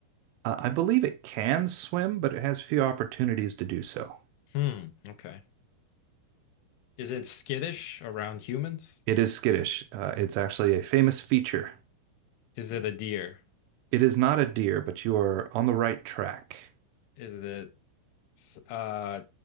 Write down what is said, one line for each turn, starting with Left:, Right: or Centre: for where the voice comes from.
Right: Uh, I believe it can swim, but it has few opportunities to do so.
Left: Hmm. Okay. Is it skittish around humans?
Right: It is skittish. Uh, it's actually a famous feature.
Left: Is it a deer?
Right: It is not a deer, but you are on the right track.
Left: Is it, s- uh,